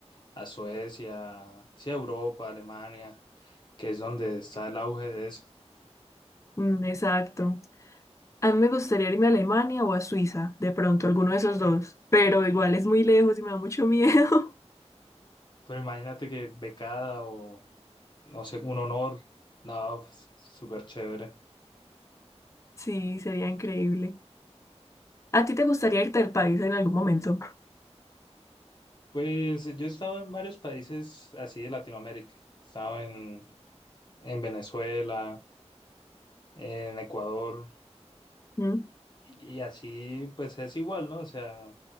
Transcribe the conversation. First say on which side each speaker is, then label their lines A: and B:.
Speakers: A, on the left; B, on the left.
A: a Suecia, sí, a Europa, a Alemania, que es donde está el auge de eso.
B: Mm, exacto. A mí me gustaría irme a Alemania o a Suiza, de pronto, alguno de esos dos, pero igual es muy lejos y me da mucho miedo. <laughs>
A: Pero imagínate que becada o, no sé, un honor, no, s- súper chévere.
B: Sí, sería increíble. ¿A ti te gustaría irte del país en algún momento?
A: Pues yo he estado en varios países así de Latinoamérica. He estado en, en Venezuela, en Ecuador,
B: ¿Mm?
A: y así pues es igual, ¿no? O sea,